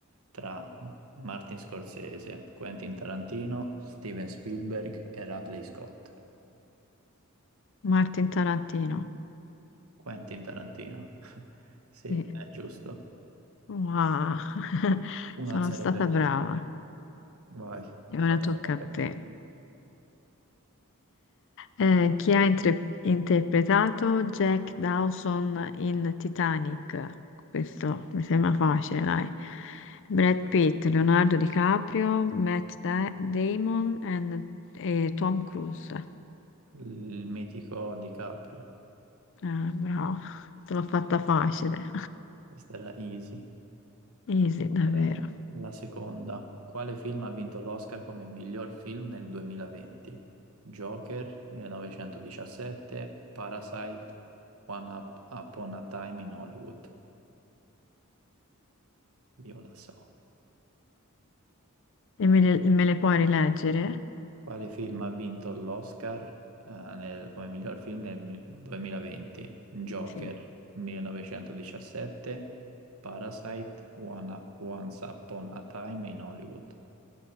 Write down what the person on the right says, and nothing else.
tra Martin Scorsese, Quentin Tarantino, Steven Spielberg e Ridley Scott?
Quentin Tarantino. <laughs> Sì, è
giusto.
1-0
per
te. Vai,
prossimo
per
te.
Il mitico DiCaprio.
Questa era easy.
Ora, la seconda. Quale film ha vinto l'Oscar come miglior film nel 2020? Joker 1917, Parasite, One Up- Upon a Time in Hollywood. Io la so.
Quale film ha vinto l'Oscar eh, nel- come miglior film nel mi- 2020? Joker
1917, Parasite, One Up- Once Upon a Time in Hollywood.